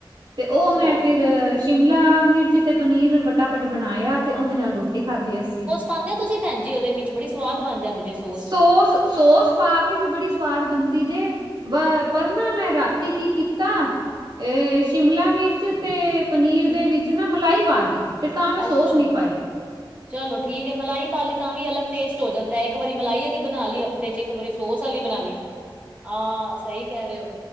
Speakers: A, on the right; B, on the right.
A: ਤੇ ਉਹ ਮੈਂ
B: ਚੱਲ
A: ਫਿਰ। ਸ਼ਿਮਲਾ ਮਿਰਚ ਤੇ ਪਨੀਰ ਫਟਾਫਟ ਬਣਾਇਆ ਤੇ ਉਹਦੇ ਨਾਲ ਰੋਟੀ ਖਾਧੀ ਅਸੀਂ।
B: ਪਾਦੇ ਹੋ ਤੁਸੀਂ ਭੈਣਜੀ ਉਹਦੇ ਵਿੱਚ ਬੜੀ ਸਵਾਦ ਬਣ ਜਾਂਦੀ। ਜਿਸ
A: ਸੋਸ-ਸੋਸ ਪਾਕੇ ਵੀ ਬੜੀ ਸਵਾਦ ਬਣਦੀ ਜੇ ਵ ਪਰ ਨਾ ਮੈਂ ਰਾਤੀ ਕੀ ਕੀਤਾ। ਇਹ ਸ਼ਿਮਲਾ ਮਿਰਚ ਤੇ ਪਨੀਰ ਦੇ ਵਿੱਚ ਨਾ ਮਲਾਈ ਪਾ ਲਈ। ਫਿਰ ਤਾਂ ਮੈਂ ਸੋਸ
B: ਅੱਛਾ
A: ਨਹੀਂ ਪਾਈ
B: ਚਲੋ ਠੀਕ ਹੈ। ਮਲਾਈ ਪਾ ਲਈ ਤਾਂ ਵੀ ਅਲੱਗ ਟੇਸਟ ਹੋ ਜਾਂਦਾ। ਇੱਕ ਵਾਰੀ ਮਲਾਈ ਵਾਲੀ ਬਣਾ ਲਈ ਚ ਇੱਕ ਵਾਰੀ ਵਿੱਚ ਸੋਸ ਵਾਲੀ ਬਣਾ ਦੀ ਹਾਂ ਸਹੀ ਕਹਿ ਰਹੇ ਹੋ।